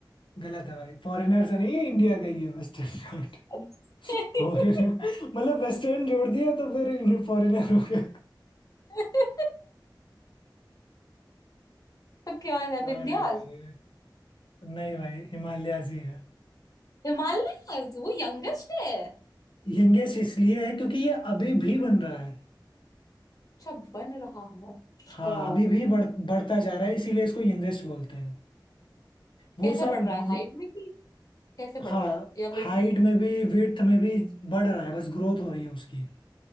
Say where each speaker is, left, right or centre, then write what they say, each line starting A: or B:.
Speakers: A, on the left; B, on the left.
A: गलत है भाई फॉरेनर से नहीं है इंडिया का ही है वेस्टर्न घाट
B: अच्छा।
A: फॉरेनर मतलब वेस्टर्न जोड़ दिया तो फिर फॉरेनर हो गया
B: <laughs> तो क्या है विंध्याचल
A: अरे भाई नहीं भाई हिमालयास ही है
B: हिमालय वो यंगेस्ट है
A: यंगेस्ट इसलिए है क्योंकि ये अभी भी बन रहा है
B: अच्छा बन रहा है अच्छा
A: हाँ अभी भी बढ़, बढ़ता जा रहा है इसीलिए इसको यंगेस्ट बोलते हैं वो
B: कैसे
A: सब
B: बढ़ रहा है
A: वो,
B: हाइट में कि कैसे बढ़
A: हाँ
B: रहा है या वेट
A: हाइट
B: में
A: में भी विड्थ में भी बढ़ रहा है बस ग्रोथ हो रही है उसकी